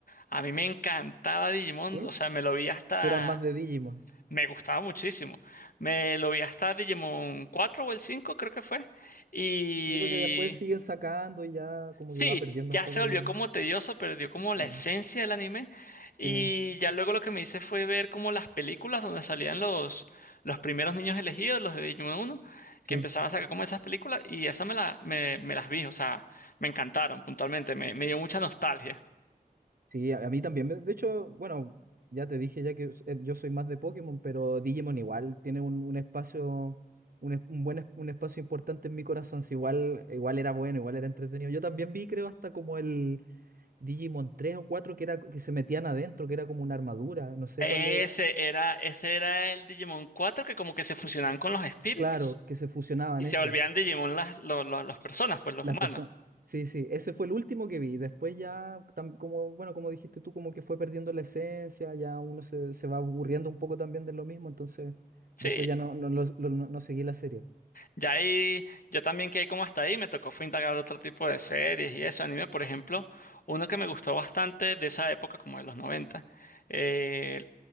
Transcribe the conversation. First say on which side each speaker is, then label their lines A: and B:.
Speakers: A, on the left; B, on the right.
A: A mí me encantaba Digimon,
B: ¿Sí?
A: o sea, me lo vi hasta
B: Tú eras más de Digimon.
A: Me gustaba muchísimo. Me lo vi hasta Digimon cuatro o el cinco creo que fue. Y
B: Sí, porque después siguen sacando y ya como
A: sí,
B: que va perdiendo
A: ya
B: un poco
A: se volvió
B: el...
A: como tedioso, perdió como la
B: Sí,
A: esencia del anime.
B: sí,
A: Y ya luego lo que me hice fue ver como las películas donde salían los, los primeros niños elegidos, los de Digimon uno
B: sí.
A: que empezaban a sacar como esas películas. Y esas me, la, me, me las vi, o sea, me encantaron puntualmente, me, me dio mucha nostalgia.
B: Sí, a, a mí también. me- De hecho, bueno, ya te dije ya que s- eh, yo soy más de Pokémon, pero Digimon igual tiene un, un espacio, un, es- un buen es- un espacio importante en mi corazón. Sí, igual, igual era bueno, igual era entretenido. Yo también vi, creo, hasta como el... Digimon 3 o 4 que, era, que se metían adentro, que era como una armadura, no sé
A: Ese
B: cuál era.
A: era, ese era el Digimon cuatro que como que se fusionaban con los espíritus.
B: Claro, que se fusionaban
A: Y se
B: ese.
A: volvían Digimon las, lo- lo- las personas, pues los
B: Las
A: humanos.
B: personas. Sí, sí, ese fue el último que vi. Después ya, tam- como, bueno, como dijiste tú, como que fue perdiendo la esencia, ya uno se, se va aburriendo un poco también de lo mismo, entonces
A: Sí,
B: después ya no, no, lo- lo- no no seguí la serie.
A: ya ahí yo también quedé como hasta ahí, me tocó fue indagar otro tipo de series y eso, anime, por ejemplo, uno que me gustó bastante de esa época, como de los noventa eh,